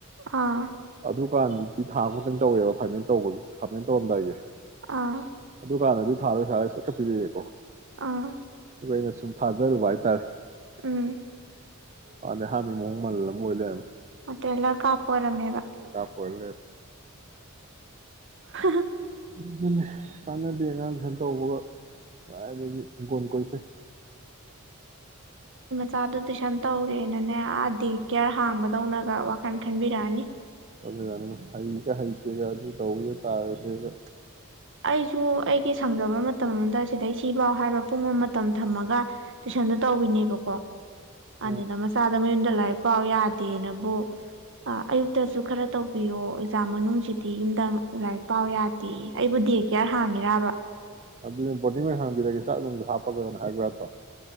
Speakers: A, on the right; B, on the right.
A: ꯑꯥ
B: ꯑꯗꯨꯀꯥꯟꯗꯗꯤ ꯊꯥ ꯑꯃ ꯈꯛꯇꯪ ꯇꯧꯋꯦꯕ ꯐꯥꯏꯅꯜ ꯇꯧꯕꯒꯤ ꯈꯃꯜ ꯇꯧꯔꯝꯗꯥꯏꯒꯤ
A: ꯑꯥ
B: ꯑꯗꯨꯀꯥꯟꯗꯗꯤ ꯊꯥꯔꯣꯏ ꯆꯠꯈꯠꯄꯤꯔꯛꯑꯦꯀꯣ
A: ꯑꯥ
B: ꯑꯗꯨꯒ ꯑꯩꯅ ꯁꯨꯝ ꯊꯥꯖꯔꯨꯕ ꯍꯥꯏꯇꯥꯔꯦ
A: ꯎꯝ
B: ꯑꯗꯗꯤ ꯑꯍꯥꯟꯕ ꯃꯑꯣꯡ ꯃꯜ ꯑꯃ ꯑꯣꯏ ꯂꯩꯔꯝꯃꯦ
A: ꯇ‌ꯦꯂꯔ ꯀꯥꯄꯣꯔꯃꯦ
B: <unintelligible>
A: ꯍꯥ ꯍꯥ
B: ꯑꯗꯨꯅꯥ ꯀꯥꯟꯅꯗꯦ ꯑꯉꯥꯡ ꯇꯨꯁꯅ ꯇꯧꯕꯕ ꯑꯗꯨ ꯑꯗꯒꯤ ꯍꯤꯡꯒꯣꯟꯜ ꯀꯣꯏ ꯐꯩ
A: ꯃꯥꯗꯣ ꯇꯨꯏꯁꯟ ꯇꯧꯔꯦꯅꯅꯦ ꯑꯥ ꯗ‍ꯦ ꯀꯤꯌꯥꯔ ꯍꯥꯡꯕꯗꯧꯅꯒ ꯋꯥꯈꯜ ꯈꯟꯕꯤꯔꯛꯑꯅꯤ
B: <unintelligible> ꯍꯩꯒ ꯍꯩꯇꯦꯒ ꯑꯗꯨ ꯇꯧꯋꯤꯒ ꯇꯥꯔꯒꯦꯒꯉ
A: ꯑꯩꯁꯨ ꯑꯩꯒꯤ ꯁꯪꯖꯕ ꯃꯇꯝ ꯑꯃꯗ ꯁꯤꯗꯩ ꯁꯤꯐꯥꯎ ꯍꯥꯏꯕ ꯄꯨꯡꯕ ꯃꯇꯝ ꯊꯝꯃꯒ ꯇꯨꯏꯁꯟꯗꯣ ꯇꯧꯕꯤꯅꯦꯕꯀꯣ
B: ꯑꯥ
A: ꯑꯗꯨꯗꯥ ꯃꯆꯥꯗ ꯃꯌꯨꯝꯗ ꯂꯥꯏꯔꯤꯛ ꯄꯥꯎ ꯌꯥꯗꯦꯅꯕꯨ ꯑꯌꯨꯛꯇꯁꯨ ꯈꯔ ꯇꯧꯕꯤꯌꯣ ꯑ‌ꯦꯛꯖꯥꯝ ꯃꯅꯨꯡꯁꯤꯗꯤ ꯌꯨꯝꯗꯪ ꯂꯥꯏꯔꯤꯛ ꯄꯥꯎ ꯌꯥꯗꯦꯌ‌ꯦ ꯑꯩꯕꯨ ꯗꯦ ꯀꯦꯌꯥꯔ ꯍꯥꯡꯉꯤꯔꯕ
B: ꯑꯗꯨꯗꯤ ꯕꯣꯇꯗꯤꯡ ꯑꯣꯏꯅ ꯍꯥꯡꯕꯤꯔꯒꯦ ꯆꯥꯛ ꯅꯨꯡꯁꯨ ꯍꯥꯞꯄꯒꯅ ꯍꯥꯏꯕ ꯌꯥꯗ꯭ꯔꯣ